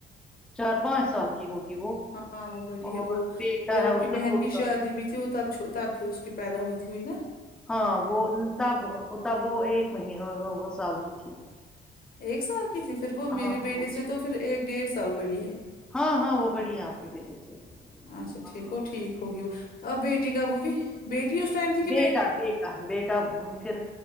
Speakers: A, in the centre; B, on the left (about 45°).
A: چار پانچ سال کی ہوگی وہ
B: ہاں وہ بڑی
A: اور
B: ہے وہ
A: بیٹا
B: جب
A: ہے
B: آپ
A: اس
B: کی
A: کا
B: بہن
A: دو
B: کی
A: سال
B: شادی بھی تھیو تب چ تب بھی اس کے پیدا ہوتی ہوئی ن
A: ہاں وہ تب تب وہ ایک مہینے سال کی تھی
B: ایک سال کی تھی پھر وہ میرے
A: ہاں
B: بیٹے
A: وہ
B: سے تو پھر ایک ڈیڑھ سال بڑی ہے
A: ہاں ہاں وہ بڑی ہے آپ کے بیٹے سے
B: اچھا
A: ہاں
B: ٹھیک
A: ہاں
B: وہ ٹھیک ہوگی وہ آ بیٹی کب ہوئی بیٹی اس ٹائم تھی کہ
A: بیٹا بیٹ بیٹا پھر